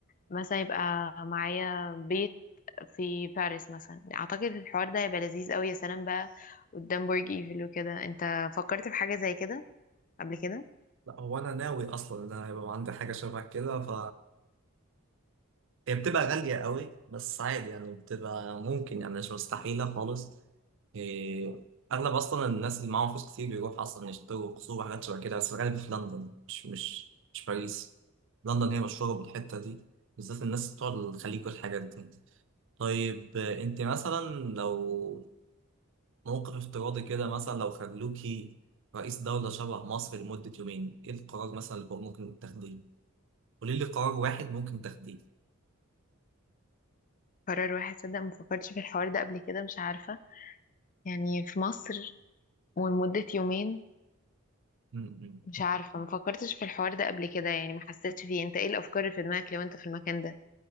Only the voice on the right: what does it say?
لا هو انا ناوي اصلا ان انا يبقى عندي حاجه شبه كده ف هي بتبقى غاليه قوي بس عادي يعني بتبقى ممكن يعني مش مستحيله خالص إيه، اغلب اصلا الناس اللي معاهم فلوس كتير بيروحوا اصلا يشتروا قصور وحاجات شبه كده بس غالبا في لندن مش مش مش باريس لندن هي مشهوره بالحته دي بالذات الناس بتوع الخليج والحاجات دي طيب آه، انت مثلا لو موقف افتراضي كده مثلا لو خلوكي رئيس دولة شبه مصر لمدة يومين ايه القرار مثلا اللي ممكن تاخديه؟ قولي لي قرار واحد ممكن تاخديه
م-م.